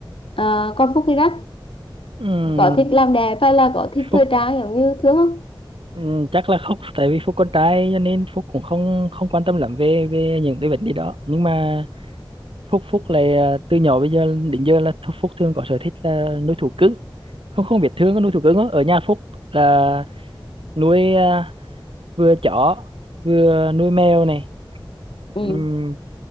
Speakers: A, on the left; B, on the right.
A: Ờ, con Phúc đi đó
B: Ừm,
A: có thích làm đẹp hay là có thích
B: Phúc
A: thời trang giống như Thương không
B: ừm, chắc là không tại vì Phúc con trai cho nên Phúc cũng không không quan tâm lắm về về những cái vấn đề đó nhưng mà Phúc Phúc là từ nhỏ bây giờ đến giờ là Thu- Phúc thường có sở thích là nuôi thú cưng không không biết Thương có nuôi thú cưng không ở nhà Phúc là nuôi ờ, vừa chó vừa nuôi mèo này
A: ừ
B: Ừm,